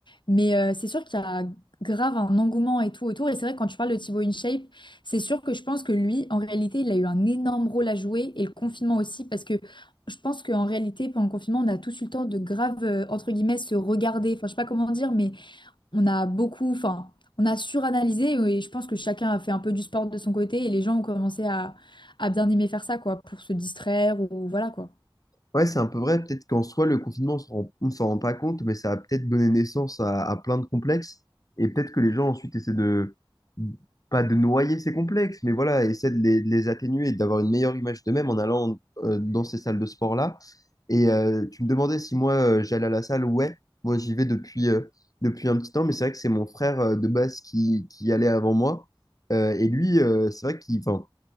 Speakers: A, on the left; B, on the left.
A: Mais euh, c'est sûr qu'il y a grave un engouement et tout autour. Et c'est vrai, que quand tu parles de Thibaut InShape, c'est sûr que je pense que lui, en réalité, il a eu un énorme rôle à jouer et le confinement aussi, parce que je pense qu'en réalité, pendant le confinement, on a tous eu le temps de grave, euh, entre guillemets, se regarder. Enfin, je sais pas comment dire, mais on a beaucoup, enfin, on a suranalysé et je pense que chacun a fait un peu du sport de son côté et les gens ont commencé à, à bien aimer faire ça, quoi, pour se distraire ou voilà, quoi.
B: Ouais, c'est un peu vrai. Peut-être qu'en soi, le confinement, on s'en rend, on s'en rend pas compte, mais ça a peut-être donné naissance à, à plein de complexes. Et peut-être que les gens ensuite essaient de, pas de noyer ces complexes, mais voilà, essaient de les, de les atténuer et d'avoir une meilleure image d'eux-mêmes en allant euh, dans ces salles de sport-là. Et euh, tu me demandais si moi, euh, j'allais à la salle. Ouais, moi, j'y vais depuis, euh, depuis un petit temps, mais c'est vrai que c'est mon frère euh, de base qui, qui y allait avant moi. Euh, et lui, euh, c'est vrai qu'il, enfin,